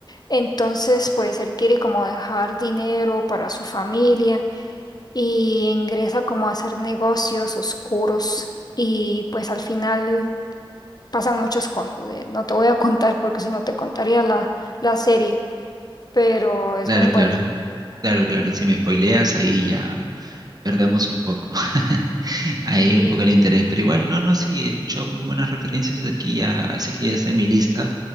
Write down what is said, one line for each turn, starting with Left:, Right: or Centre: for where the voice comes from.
Left: entonces pues él quiere como dejar dinero para su familia y ingresa como a hacer negocios oscuros y pues al final pasan muchas cosas, eh, no te voy a contar porque si no te contaría la, la serie pero es
Right: Claro,
Left: muy buena.
Right: claro. Claro, claro. Si me spoileas, ahí ya perdemos un poco. <laughs> Ahí un
Left: Y
Right: poco el interés. Pero igual, no, no, sí, he escuchado muy buenas referencias aquí ya, así que ya está en mi lista